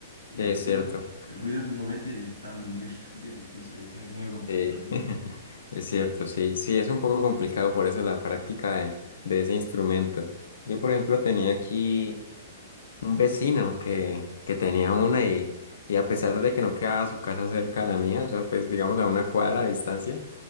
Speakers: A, on the right; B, on the left.
A: Y
B: Sí,
A: el
B: es
A: ruido,
B: cierto,
A: el ruido que uno mete está a otro nivel <laughs> también, entonces es medio complicado
B: sí,
A: tocar
B: <laughs>
A: batería.
B: es cierto, sí, sí, es un poco complicado por eso la práctica de, de ese instrumento. Yo, por ejemplo, tenía aquí un vecino que, que tenía una y, y a pesar de que no quedaba su casa cerca a la mía, o sea, pues digamos a una cuadra
A: ¿no?
B: de distancia,